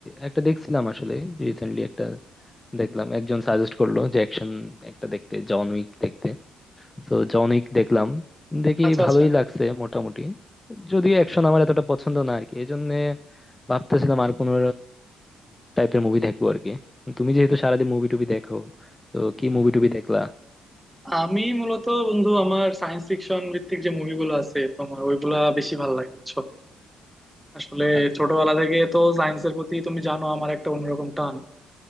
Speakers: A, on the left; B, in the centre.
A: একটা দেখছিলাম আসলে রিসেন্টলি একটা দেখলাম একজন সাজেস্ট করলো যে অ্যাকশন একটা দেখতে জন উইক দেখতে তো জন উইক দেখলাম দেখি
B: আচ্ছা
A: ভালোই
B: আচ্ছা
A: লাগছে মোটামুটি যদিও অ্যাকশন আমার এতটা পছন্দ না আর কি এই জন্য ভাবতেছিলাম আর কোনো টাইপের মুভি দেখবো আর কি তুমি যেহেতু সারাদিন মুভি টুবি দেখো তো কি মুভি টুবি দেখলা
B: আমি মূলত বন্ধু আমার সায়েন্স ফিকশন ভিত্তিক যে মুভিগুলো আছে তোমার ওইগুলা বেশি ভালো লাগে বুঝছো আসলে
A: আচ্ছা
B: ছোটবেলা
A: আচ্ছা
B: থেকে তো সায়েন্সের প্রতি তুমি জানো আমার একটা অন্যরকম টান